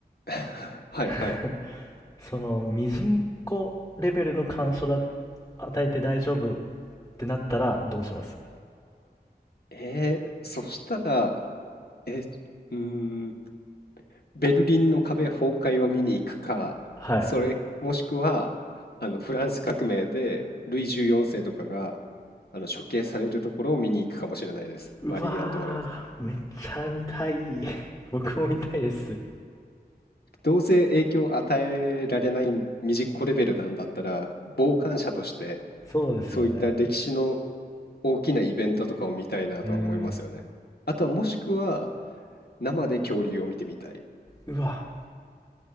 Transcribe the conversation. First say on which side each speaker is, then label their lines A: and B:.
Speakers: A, on the left; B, on the left.
A: <laughs> はいはい。
B: <laughs> その、ミジンコレベルの干渉だ、与えて大丈夫ってなったらどうします
A: えー、そしたら、え、うーん、ベルリンの壁崩壊を見に行くか、
B: はい。
A: それもしくはあのフランス革命でルイ14世とかがあの処刑されるところを見に行くかもしれないです。
B: うわー、
A: マリー・アントワネット。
B: めっちゃ見たい。<laughs> 僕も見たいです。
A: どうせ影響を与えられないミジンコレベルなんだったら、傍観者として
B: そうですよね。
A: そういった歴史の大きなイベントとかを見たいなとは思いますよね。
B: うーん。
A: あとはもしくは生で恐竜を見てみたい。
B: うわ、